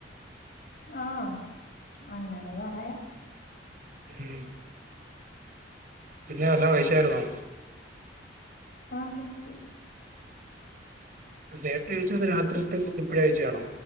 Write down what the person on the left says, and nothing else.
ആഹ് അങ്ങനെ പറയാം
ആഹ് കഴിച്ച്-